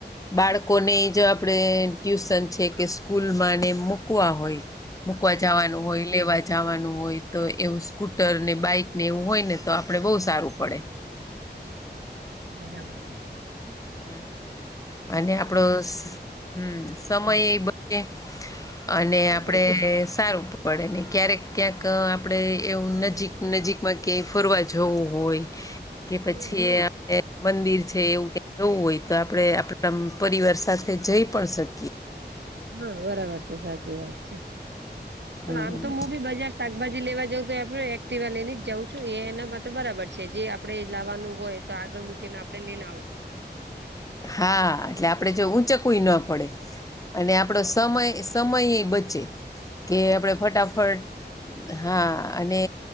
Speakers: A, on the left; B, on the right.
A: બાળકોને જ આપડે ટ્યુશન છે કે સ્કૂલમાંને મૂકવા હોય મૂકવા જવાનું હોય લેવા જાવાનું હોય તો એવું સ્કૂટર ને બાઈક ને એવું હોય ને તો આપડે બહુ સારું પડે.
B: <inaudible> બરાબર છે.
A: હ અને આપડો હમ સમય એ બચે. અને
B: હમ
A: આપણે સારુ પડે ને ક્યારેક ક્યાંક આપડે એવું નજીક નજીકમાં ક્યાંય ફરવા જવું હોય કે પછી
B: હમ
A: આપડે મંદિર છે એવું ક જવું હોય તો આપડે આપણા એમ પરિવાર સાથે જઈ પણ શકીએ.
B: હા, બરાબર છે, સાચી વાત છે, પણ
A: હમ
B: આમ તો <unintelligible> બી બજાર શાકભાજી લેવા જઉં તો આપણે એક્ટિવા લઈને જ જાઉં છું, એ એના માટે બરાબર છે. જે આપણે લાવવાનું હોય તો આગળ મૂકીને આપડે <unintelligible> ને આવો.
A: હા, એટલે આપડે જો ઊંચકવુંય ન પડે અને આપડો સમય સમય એ બચે કે આપડે ફટાફટ હા અને